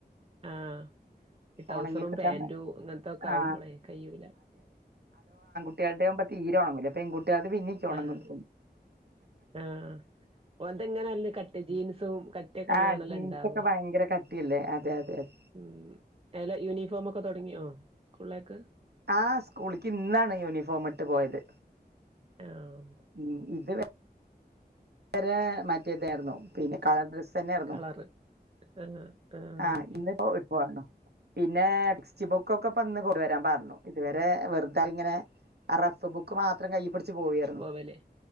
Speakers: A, on the right; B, on the right.
A: ആഹ് ഈ ടൗസറും
B: ഉണങ്ങി കിട്ടാൻ
A: പാന്റും അങ്ങൻത്തൊക്കെ ആകുമ്പളേ
B: ആ
A: കയ്യൂല.
B: <unintelligible> ആകുമ്പം തീരേ ഒണങ്ങൂല പെൺ കുട്ട്യേൾതേ പിന്നേം ഒണങ്ങും
A: ആഹ്
B: തോന്നും.
A: ആഹ് ഓൽതെങ്ങനെല്ല കട്ട് ജീൻസും കട്ടിയൊക്കെ ഉള്ളാണല്ലോ
B: ആ ജീൻസ്
A: ഇണ്ടാവ
B: ഒക്കെ ഭയങ്കര കട്ടിയല്ലേ അതെ അതെ അതെ.
A: ഉം എല യൂണി ഫോമൊക്കെ തൊടങ്ങിയോ സ്കൂളിലേക്ക്?
B: ആ സ്കൂളിക്ക് ഇന്നാണ് യൂണിഫോം ഇട്ട് പോയത്.
A: യാഹ്
B: ഉം ഉം ഇത് വെ വെരെ മറ്റേ ഇതായിരുന്നു പിന്നെ കളർ ഡ്രസ്സ് തന്നെയായിരുന്നു
A: കളറ് ആഹ് ആഹ്
B: ആ ഇന്ന്പ്പോ ഇട്ട് പോന്നു. പിന്നെ ടെക്സ്റ്റ് ബുക്കൊക്കെ പ്പന്ന് കൊണ്ട് വരാൻ പർഞ്ഞു ഇതുവരെ വെറുത ഇങ്ങനെ ആ റഫ് ബുക്ക് മാത്രം കയ്യ്പിടിച്ച് പോവേര്ന്നു
A: പോവല്